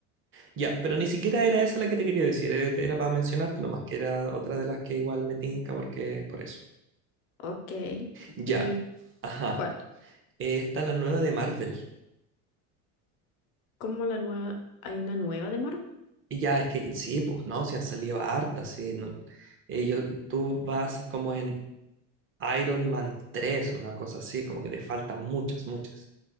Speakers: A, on the right (about 30°); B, on the left (about 80°).
A: Ya, pero ni siquiera era esa la que te quería decir. eh, Era para mencionarte nomás, que era otra de las que igual me tinca porque por eso.
B: Ok,
A: Ya.
B: ¿y
A: Ajá.
B: cuál?
A: Eh, está la nueva de Marvel.
B: ¿Cómo la nueva? ¿Hay una nueva de Marvel?
A: Y ya, es que sí, pues, ¿no? Se han salido hartas, sí. no- ellos, tú vas como en Iron Man tres o una cosa así, como que te faltan muchas, muchas.